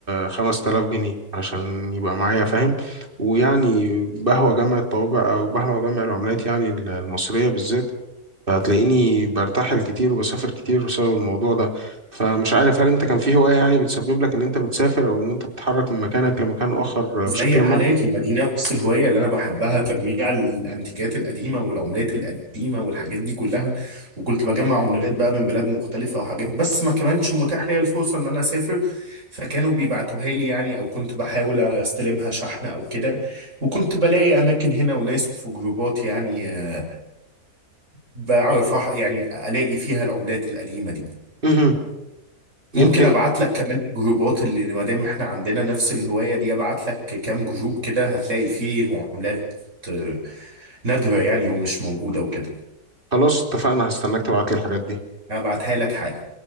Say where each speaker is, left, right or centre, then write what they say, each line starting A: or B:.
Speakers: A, on the right (about 35°); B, on the right (about 50°).
A: 5000 جنيه علشان يبقى معايا فاهم ويعني بهوى جمع الطوابع أو بهوى جمع العملات يعني المصرية بالذات فهتلاقيني برتحل كتير وبسافر كتير بسبب الموضوع ده فمش عارف هل انت كان في هواية يعني بتسبب لك ان انت بتسافر او ان انت بتتحرك من مكانك لمكان اخر
B: زي
A: بشكل
B: حالاتي
A: ما
B: ما دي نفس الهواية اللي أنا بحبها تجميع الأنتيكات القديمة والعملات القديمة والحاجات دي كلها وكنت بجمع عملات بقى من بلاد مختلفة وحاجات بس ما كانش متاح ليا الفرصة إن أنا أسافر فكانوا بيبعتوها لي يعني أو كنت بحاول أستلمها شحن أو كده وكنت بلاقي أماكن هنا وناس في جروبات يعني آه، بعرف أح- يعني ألاقي فيها العملات القديمة دي
A: مهم.
B: ممكن
A: يمكن
B: ابعت لك كمان الجروبات اللي ما دام احنا عندنا نفس الهوايه دي ابعت لك كام جروب كده هتلاقي فيه عملات آه، نادره يعني ومش موجوده وكده
A: خلاص اتفقنا هستناك تبعت لي الحاجات دي
B: ابعتها لك حالا